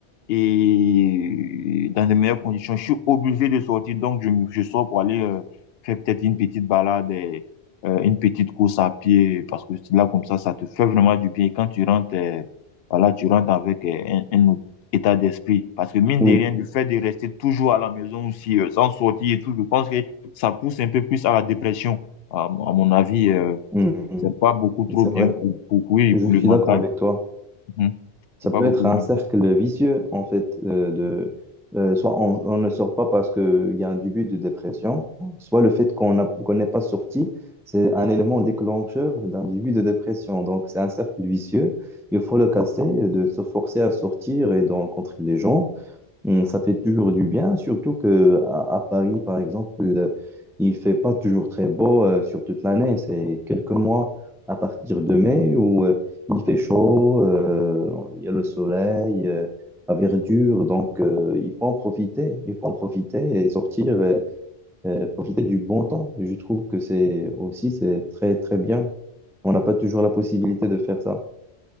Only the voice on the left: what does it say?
et dans de meilleures conditions. Je suis obligé de sortir, donc je, je sors pour aller euh, faire peut-être une petite balade, et, euh, une petite course à pied, parce que là, comme ça, ça te fait vraiment du bien. Et Quand tu rentres, euh, voilà, tu rentres avec euh, un, un état d'esprit. Parce que mine
de rien, le fait de rester toujours à la maison aussi, euh, sans sortir et tout, je pense que ça pousse un peu plus à la dépression. À, à mon avis, euh,
c'est pas beaucoup trop
bien
pour, pour, oui,
pour
le mental.
Mhm.
C'est pas
beaucoup
bien.